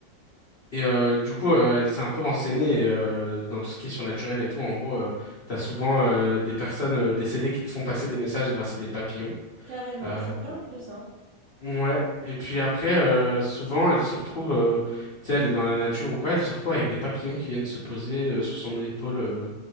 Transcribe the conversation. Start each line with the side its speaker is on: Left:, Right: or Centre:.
Left: Et euh, du coup, euh, elle s'est un peu renseignée et, euh, dans tout ce qui est surnaturel et tout. En gros, euh, t'as souvent euh, des personnes euh, décédées qui te font passer des messages grâce à des papillons.
Right: Carrément,
Left: Euh,
Right: c'est vrai en plus, hein.
Left: Ouais, et puis après, euh, souvent, elle se retrouve, euh, tu sais, elle est dans la nature ou quoi, elle se retrouve avec des papillons qui viennent se poser euh, sur son épaule, euh,